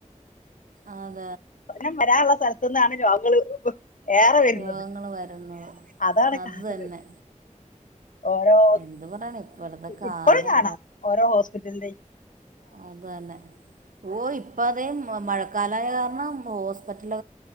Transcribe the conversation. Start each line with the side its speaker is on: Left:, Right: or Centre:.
Right: ആഹ്
Left: നം വരാനുള്ള സ്ഥലത്തു നിന്നാണ് രോഗങ്ങള്ൾ- ഏറെ വരുന്നത്
Right: രോഗങ്ങൾ വരുന്നത്
Left: അതാണ്
Right: അത്
Left: കാണത്.
Right: തന്നെ
Left: ഓരോ
Right: എന്ത് പറയണം ഇപ്പോഴത്തെ കാലം
Left: ഇപ്പോഴും കാണാം ഓരോ ഹോസ്പിറ്റലിന്ന് -
Right: അത തന്നെ ഓ ഇപ്പ അത- മഴ കാലയ കാരണം ഹോസ്പിറ്റലിൽ